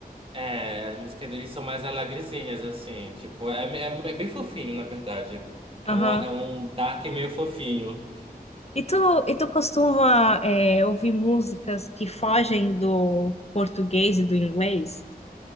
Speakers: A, on the right; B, on the left.
A: É, as músicas deles são mais alegrezinhas, assim, tipo, é, é, é bem fofinho, na verdade. É
B: Aham.
A: um, é um dark meio fofinho.
B: E tu, e tu costuma, é, ouvir músicas que fogem do português e do inglês?